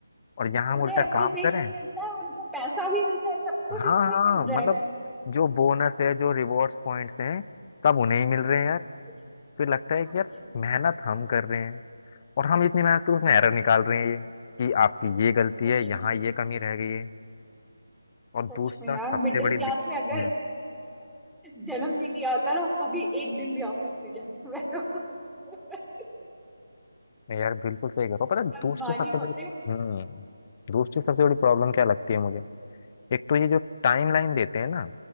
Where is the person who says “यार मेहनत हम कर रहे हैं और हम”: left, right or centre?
Left